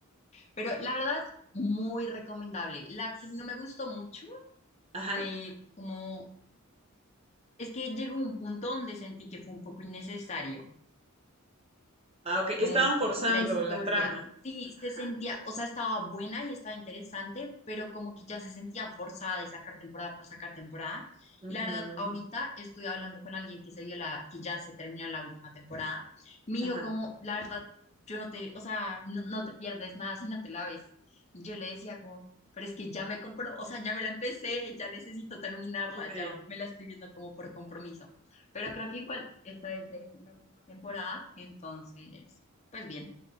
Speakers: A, on the left; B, on the right.
A: Pero la verdad, muy recomendable. La
B: Sí.
A: que no me gustó mucho
B: Ajá.
A: fue como, es que llegó un punto donde sentí que fue un poco innecesario.
B: Ah, ok.
A: como
B: Estaban forzando
A: la historia.
B: la trama.
A: Sí,
B: Ajá.
A: se sentía, o sea, estaba buena y estaba interesante, pero como que ya se sentía forzada de sacar temporada por sacar temporada.
B: ujú,
A: Y la verdad, ahorita estuve hablando con alguien que se vio la, que ya se terminó la última temporada. Me
B: Ajá.
A: dijo como, la verdad, yo no te, o sea, no, no te pierdes nada si no te la ves. Y yo le decía como, pero es que ya me compró, o sea, ya me la empecé, ya necesito terminarla,
B: Sí.
A: ya me la estoy viendo como por compromiso. Pero creo que igual esta es de la última temporada, entonces pues bien,